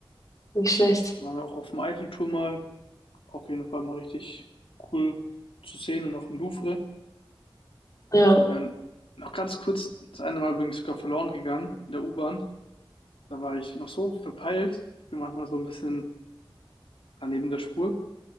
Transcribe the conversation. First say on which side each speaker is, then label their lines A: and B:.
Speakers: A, on the left; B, on the left.
A: nicht schlecht.
B: Da waren wir auch auf dem Eiffelturm mal. Auf jeden Fall mal richtig cool zu sehen und auch im Louvre.
A: Ja,
B: Ja, und noch ganz kurz, das eine Mal übrigens sogar verloren gegangen in der U-Bahn. Da war ich noch so verpeilt. Ich bin manchmal so ein bisschen war neben der Spur.